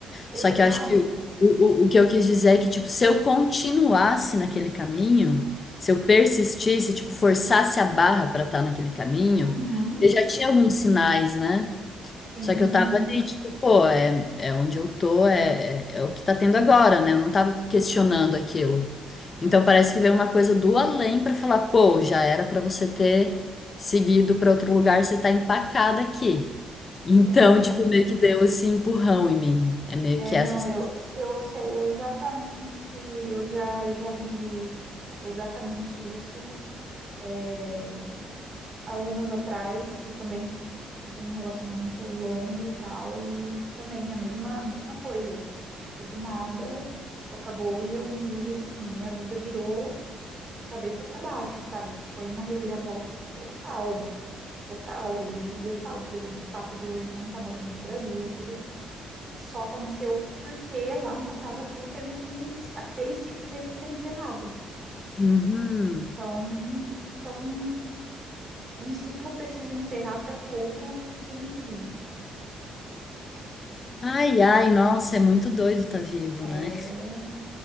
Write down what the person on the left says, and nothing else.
Só que eu acho que o, o, o que eu quis dizer é que, tipo, se eu continuasse naquele caminho, se eu persistisse, tipo, forçasse a barra para estar naquele caminho,
eu já tinha alguns sinais, né?
Só que eu tava ali, tipo, pô, é, é onde eu tô, é, é, é o que tá tendo agora, né? Eu não tava questionando aquilo. Então parece que veio uma coisa do além pra falar, pô, já era pra você ter seguido pra outro lugar, você tá empacada aqui. Então,
<laughs> tipo, meio que deu esse empurrão em mim. É meio
que essa
sensação.
Uhum.
Ai,
ai, nossa, é muito doido tá vivo,
né?